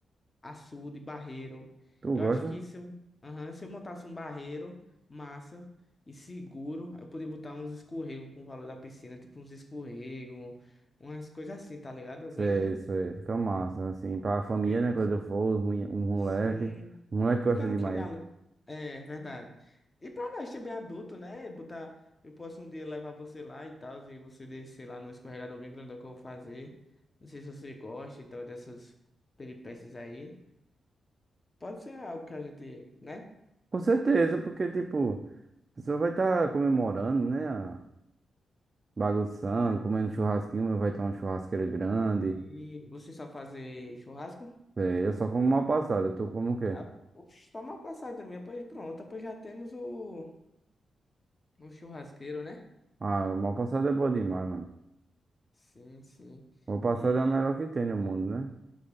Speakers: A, on the left; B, on the right.
A: açude, barreiro.
B: tu
A: Eu
B: gosta?
A: acho que se eu, aham, se eu montasse um barreiro, massa e seguro, eu poderia botar uns escorregos com o valor da piscina, tipo uns escorregos, umas coisas assim, tá ligado?
B: Sei,
A: Bem,
B: sei. Fica massa, assim. Pra família,
A: bem
B: né?
A: massa.
B: Quando eu for, os mole- um moleque.
A: Sim,
B: O moleque gosta
A: Porque eu não
B: demais.
A: queria aluno. É verdade. E pra nós ser bem adulto, né? Botar. Eu posso um dia levar você lá e tal, e você descer lá no escorregador bem grandão que eu vou fazer. Não sei se você gosta e tal, dessas peripécias aí. Pode ser algo que a gente, né?
B: Com certeza, porque, tipo, a pessoa vai estar comemorando, né? a- Bagunçando,
A: É.
B: comendo churrasquinho. Vai ter uma churrasqueira grande.
A: E você só fazer churrasco?
B: É, eu só como mal passada. Tu como o quê?
A: Ah, oxe, Só uma passada também, pois pronto, pois já temos o, o churrasqueiro, né?
B: Ah, mal passada é boa demais, mano.
A: Sim, sim.
B: Mal passada
A: E.
B: é a melhor que tem no mundo, né?